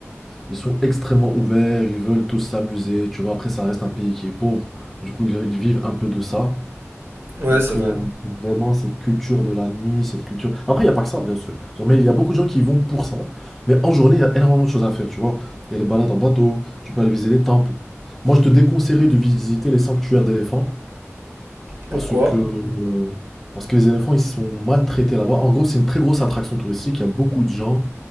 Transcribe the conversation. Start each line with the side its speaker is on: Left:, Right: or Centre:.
Centre: Ils sont extrêmement ouverts, ils veulent tous s'amuser. Tu vois, après, ça reste un pays qui est pauvre. Du coup, ils, ils vivent un peu de ça.
Right: Ouais,
Centre: Donc
Right: c'est vrai.
Centre: euh, vraiment cette culture de la nuit, cette culture... Après, il n'y a pas que ça, bien sûr. Genre, mais il y a beaucoup de gens qui y vont pour ça. Mais en journée, il y a énormément de choses à faire, tu vois. Il y a des balades en bateau, tu peux aller visiter les temples. Moi, je te déconseillerais de visiter les sanctuaires d'éléphants
Right: Pourquoi?
Centre: parce que, euh, parce que les éléphants, ils sont maltraités là-bas. En gros, c'est une très grosse attraction touristique. Il y a beaucoup de gens